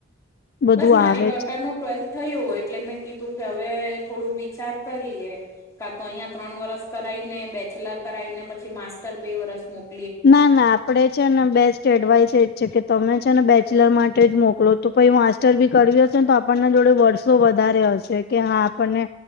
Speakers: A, on the left; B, on the left.
A: બધું
B: બસ મારી
A: આવે
B: ડોટારનું
A: છે
B: ટ્વેલ્થ થયું એટલે મેં કીધું કે હવે થોડું વિચાર કરીએ. કા તો અહીયા ત્રણ વરસ કરાઈ ને બેચલર કરાવાઈને પછી માસ્ટર બે વરસ મોક
A: ના ના આપણે છે ને બેસ્ટ એડવાઈસ એજ છે કે તમે છે ને બેચલર માટે જ મોકલો તો પહિ <unintelligible> હશે ને તો આપણના જોડે વર્ષો વધારે હશે કે હા આપણને